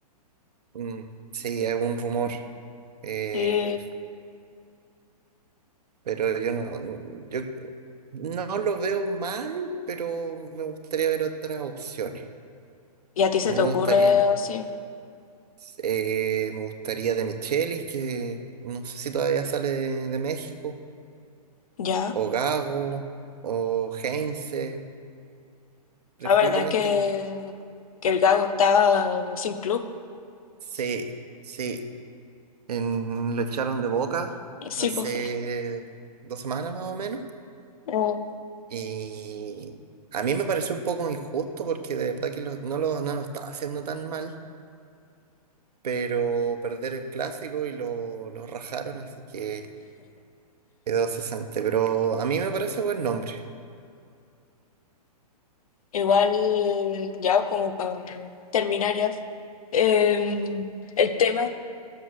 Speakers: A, on the right (about 70°); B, on the left (about 60°).
A: Mm, sí, es un rumor. eh,
B: Sí,
A: pero yo no, yo no lo veo mal, pero me gustaría ver otras opciones.
B: ¿y a ti se
A: A mí
B: te
A: me
B: ocurre
A: gustaría,
B: así?
A: eh, me gustaría de Michelis, que no sé si todavía sale de de México.
B: Ya,
A: o Gago, o Heinze, preferiblemente
B: la verdad que,
A: que...
B: que el Gago está sin club.
A: Sí, sí. En- lo echaron de Boca
B: Sí,
A: hace
B: pues.
A: dos semanas más o menos.
B: no,
A: Y a mí me pareció un poco injusto porque de verdad que lo- no, lo, no lo estaba haciendo tan mal, pero perder el clásico y lo, lo rajaron, así que quedó cesante. Pero a mí me parece buen nombre.
B: igual, ya como para terminar ya. eh, el tema,